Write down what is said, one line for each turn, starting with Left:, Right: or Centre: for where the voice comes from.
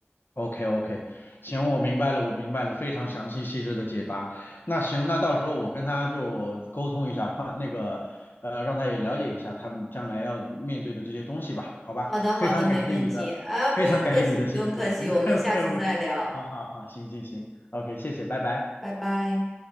Left: OK OK，行，我明白了，我明白了，非常详细细致的解答。那行，那到时候我跟他就沟通一下，换那个呃，让他也了解一下他们将来要面对的这些东西吧，好吧？
Centre: 好的，好的，
Left: 非常感谢你的，
Centre: 没问题啊，不用客气，
Left: 非常感谢你的信息。
Centre: 不用客气，
Left: 嗯，<laughs>
Centre: 我们下次再聊，
Left: 没有没有，好好好，行行行，OK，谢谢，拜拜。
Centre: 拜拜。